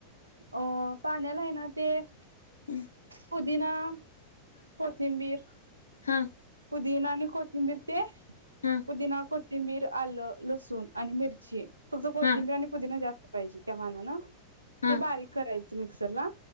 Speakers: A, on the right (about 80°); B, on the left (about 75°).
A: अ पाण्याला आहे ना ते
B: ह <inaudible>
A: पुदिना कोथिंबीर
B: हां
A: पुदीिना आणि कोथिंबीर ते
B: हा
A: पुदिना को तिंबीर आलं लसूण आणि मिरची फक्त कोथिंबी
B: हा
A: आणि पुदीिना जास्त पाहिजे त्या मना ना
B: हा
A: ते बारीक करायचं मिक्सरला.